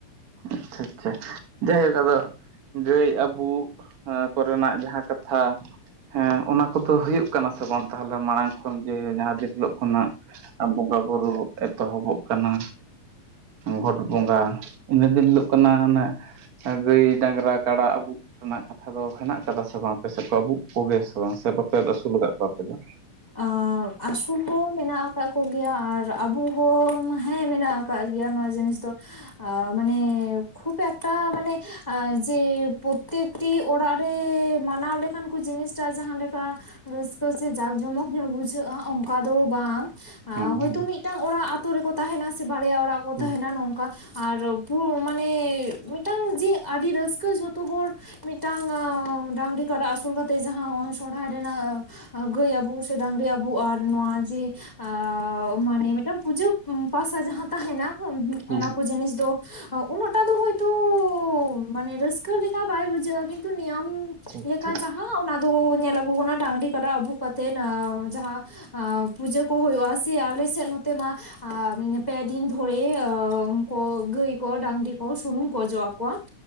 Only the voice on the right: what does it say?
ᱟᱪᱪᱷᱟ ᱟᱪᱪᱷᱟ ᱡᱟᱭ ᱦᱩᱠ ᱟᱫᱚ ᱜᱟᱹᱭ ᱟᱹᱵᱩᱜ ᱦᱚᱸ ᱠᱚᱨᱮᱱᱟᱜ ᱡᱟᱦᱟᱸ ᱠᱟᱛᱷᱟ ᱦᱮᱸ ᱚᱱᱟ ᱠᱚᱫᱚ ᱦᱩᱭᱩᱜ ᱠᱟᱱᱟ ᱥᱮ ᱵᱟᱝ ᱛᱟᱦᱚᱞᱚ ᱢᱟᱲᱟᱝ ᱠᱷᱚᱱ ᱡᱮ ᱡᱟᱦᱟᱸ ᱫᱤᱨ ᱦᱤᱞᱳᱜ ᱠᱷᱚᱱᱟᱜ? ᱟᱨ ᱵᱚᱸᱜᱟ ᱵᱩᱨᱩ ᱵᱚ ᱮᱛᱚᱦᱚᱵᱚᱜ ᱠᱟᱱᱟ ᱜᱚᱴ ᱵᱚᱸᱜᱟ ᱤᱱᱟᱹ ᱫᱤᱱ ᱦᱤᱞᱳ- ᱠᱚᱱᱟ ᱦᱚᱱᱟᱜ᱾ ᱜᱟᱹᱭ ᱰᱟᱝᱜᱽᱨᱟ ᱠᱟᱰᱟ ᱟᱹᱵᱩᱜ ᱨᱮᱱᱟᱜ ᱠᱟᱛᱷᱟ ᱫᱚ ᱦᱮᱱᱟᱜ ᱟᱠᱟᱫᱟ ᱥᱮ ᱵᱟᱝ ᱟᱯᱮ ᱥᱮᱫ ᱠᱚ ᱟᱹᱵᱩᱜ ᱠᱚ ᱜᱮᱭᱟ ᱥᱮ- ᱠᱚ ᱥᱮ ᱵᱟᱯᱮᱫ ᱟᱹᱥᱩᱞ ᱟᱠᱟᱫ ᱠᱚᱣᱟ ᱟᱯᱮ ᱫᱚ?
ᱦᱮᱸ
ᱦᱮᱸ
ᱦᱮᱸ
ᱦᱮᱸ
ᱟᱪᱪᱷᱟ
ᱟᱪᱪᱷᱟ